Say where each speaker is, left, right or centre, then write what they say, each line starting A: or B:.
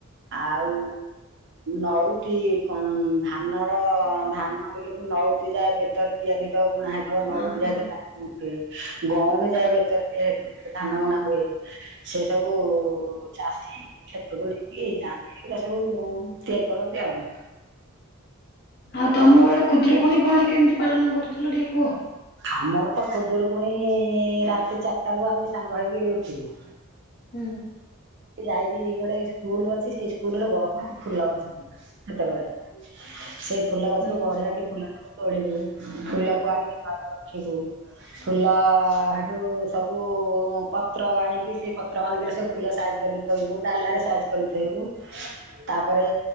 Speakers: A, on the right; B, on the left.
A: ଆଉ ନଉତି ହଁ ଧାନର ଧାନ ବିଲକୁ ନଉତି ଯାଏ ବେତରେ ତିଆରି ହେଇଥାଉ ବୁଣା ହେଇଥିବ ନଉତି
B: ଓହୋ
A: <unintelligible> ଗଉଣ ଯାଏ ବେତରେ ତିଆରି ହେଇଥାଏ ଧାନ ବୁଣା ହୁଏ। ସେ ସବୁ ଚାଷୀ କ୍ଷେତକୁ ନେଇକି ଯାଆନ୍ତି ଏଇରା ସବୁ ତିଆରି କରନ୍ତି ଆଉ।
B: ଆଉ ତମ ବେଳେ ଖୁଦୁରୁକୁଣୀ କଣ କେମିତି ପାଳନ କରୁଥିଲ ଟିକେ କୁହ?
A: ଆମର ତ ଖୁଦୁରକୁୁଣି ରାତି ଚାରିଟା ରୁ ଆମେ ସାଙ୍ଗ ହେଇକି ଉଠିବୁ
B: ହୁଁ
A: ଯାଇକି ଗୋଟେ ସ୍କୁଲ ଅଛି ସେଇ ସ୍କୁଲରେ ବହୁ ଫୁଲ ଗଛ ସେତେବେଳେ ସେଇ ଫୁଲ ଗଛରୁୁ
B: ହୁଁ
A: ବଢିଆ
B: ହୁଁ।
A: କି ଫୁଲଟାକୁ ତୋଳିବୁ ଫୁଲକୁ ଆଣିକି ଘରେ ରଖିବୁ ଫୁଲ ହେଟୁ ସବୁ ପତ୍ର ଆଣିକି ସେ ପତ୍ର ମାନଙ୍କରେ ସବୁ ଫୁଲ ସାଇଜ କରିକି ଥୋଇବୁ ଡାଲାରେ ସାଇଜ କରିକି ଥୋଇବୁ ତାପରେ